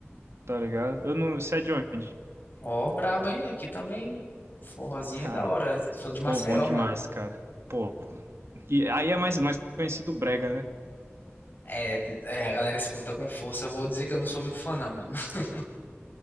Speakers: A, on the right; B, on the left.
A: tá ligado? Eu não. Você é de onde?
B: Ó, brabo, hein? Aqui também. Forrozinho
A: <laughs> Tá.
B: é da hora. Sou de Maceió,
A: Pô, bom demais,
B: mano.
A: cara. Pô. E aí é mais, mais conhecido brega, né?
B: É, é, a galera escuta com força. Eu vou dizer que eu não sou muito fã, não, mano. <laughs>